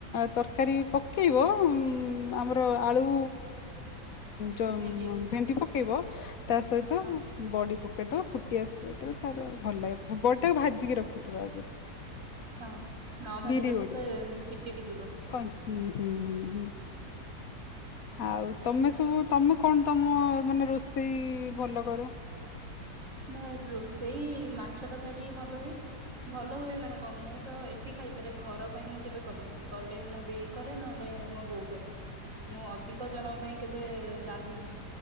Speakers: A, on the left (about 60°); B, on the right (about 50°).
A: ତରକାରୀ ପକେଇବ ଉଁମ ଆମର ଆଳୁ ଜଉ
B: ଭେଣ୍ଡି ପକେଇ
A: ଭେଣ୍ଡି ପକେଇବ ତା ସହିତ
B: ହଁ
A: ବଡି ପକେଇଦବ ଫୁଟି ଆସିବ ଯେତେବେଳେ ତା ତାର ଭଲ ଲାଗେ ବଡିଟାକୁ ଭାଜିକି ରଖିିବ ଆଗରୁ।
B: ହଁ। ନ ଭାଜିଲେ
A: ବିରି
B: ତ
A: ବଡି
B: ସେ ଫିଟି ବି ଯିବ।
A: ହୁଁ ହୁଁ ହୁଁ ହୁଁ ଆଉ ତମେ ସବୁ ତମେ କଣ ତମ ମାନେ ରୋଷେଇ ଭଲ କର?
B: ନା ରୋଷେଇ ମାଛ ତରକାରି ଟିକେ ଭଲ ହୁଏ। ଭଲ ହୁଏ ମାନେ କଣ ମୁଁ ତ ଏଠି ଖାଇପାରେ ଘର ପାଇଁ ମୁଁ କେବେ କର୍ନି ଗଲେ ମୋ ଦେଇ କରେ ନହେଲେ ଏ ମୋ ବୋଉ କରେ ମୁଁ ଅଧିକ ଜଣଙ୍କ ପାଇଁ କେବେ ରାନ୍ଧିନି।